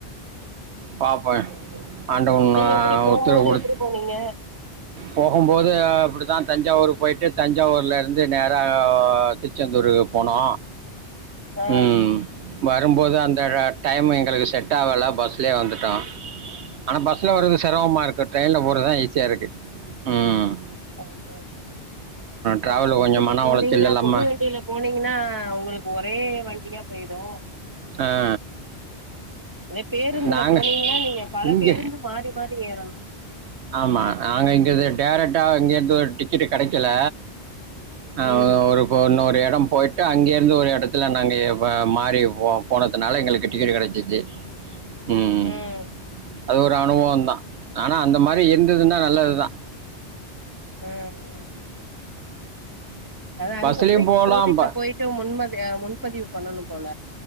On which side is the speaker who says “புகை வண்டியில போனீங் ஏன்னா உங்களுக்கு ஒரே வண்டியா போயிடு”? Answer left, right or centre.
Right